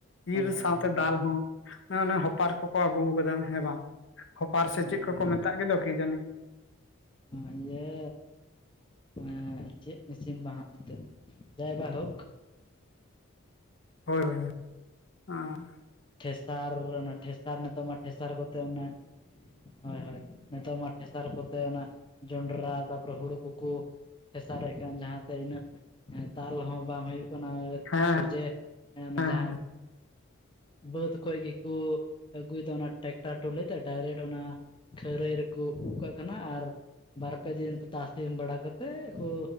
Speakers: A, on the left (about 60°); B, on the left (about 20°).
A: ᱤᱨ
B: ᱦᱳᱭ
A: ᱥᱟᱶᱛᱮ
B: ᱦᱳᱭ ᱦᱳᱭ ᱦᱳᱭ
A: ᱫᱟᱞ ᱦᱚᱸ ᱚᱱᱮ ᱦᱚᱯᱟᱨ ᱠᱚᱠᱚ ᱟᱹᱜᱩᱠ ᱟᱫᱟ ᱦᱮᱸ ᱵᱟᱝ ᱠᱷᱚᱯᱟᱨ ᱥᱮ
B: ᱦᱳᱭ
A: ᱪᱮᱫ
B: ᱦᱳᱭ ᱦᱳᱭ
A: ᱠᱚᱠᱚ
B: ᱦᱳᱭ
A: ᱢᱮᱛᱟᱜ ᱜᱮᱫᱚ ᱠᱤ ᱡᱟᱹᱱᱤ
B: ᱮᱸ ᱤᱭᱟᱹ ᱮᱸ ᱪᱮᱫ ᱢᱮᱥᱤᱱ ᱵᱟᱝ ᱦᱟᱸᱟᱜ ᱛᱮ ᱡᱟᱭᱵᱟᱭ ᱦᱚᱠ
A: ᱦᱳᱴᱚᱭ ᱦᱚᱭ ᱦᱸ
B: ᱴᱷᱮᱥᱟᱨ ᱚᱱᱟ ᱴᱷᱮᱥᱟᱨ ᱱᱤᱛᱚᱜ ᱢᱟ ᱴᱷᱮᱥᱟᱨ ᱠᱚᱛᱮ ᱚᱱᱟ ᱦᱚᱭ ᱦᱚᱭ ᱱᱤᱛᱚᱜ ᱢᱟ ᱴᱷᱮᱥᱟᱨ ᱠᱚᱛᱮ ᱚᱱᱟ ᱡᱚᱱᱰᱟᱨᱟ ᱛᱟᱯᱚᱨᱮ ᱦᱩᱲᱩ ᱠᱚᱠᱚ ᱯᱷᱮᱥᱟᱨᱮᱫ ᱠᱟᱱ ᱡᱟᱦᱟᱸᱛᱮ ᱤᱱᱟᱹᱜ ᱫᱟᱞ ᱦᱚᱸ ᱵᱟᱝ ᱦᱩᱭᱩᱜ ᱠᱟᱱᱟ
A: ᱦᱮᱸ
B: ᱚᱡᱮ ᱚᱱᱟ
A: ᱦᱮᱸ
B: ᱡᱟᱦᱟᱸ
A: ᱦᱮᱸ
B: ᱵᱟᱹᱫ ᱠᱷᱚᱡ ᱜᱮᱠᱚ ᱟᱹᱜᱩᱭᱮᱫᱟ ᱚᱱᱟ ᱴᱟᱨᱟᱠᱴᱟᱨ ᱴᱚᱞᱤ ᱛᱮ ᱰᱟᱭᱨᱮᱠᱴ ᱚᱱᱟ ᱠᱷᱟᱹᱨᱟᱹᱭ ᱠᱚ ᱩᱜ ᱠᱟᱜ ᱠᱟᱱᱟ ᱟᱨ ᱵᱟᱨᱯᱮ ᱫᱤᱱ ᱛᱟᱥ ᱵᱟᱲᱟ ᱠᱟᱛᱮᱫ ᱠᱚ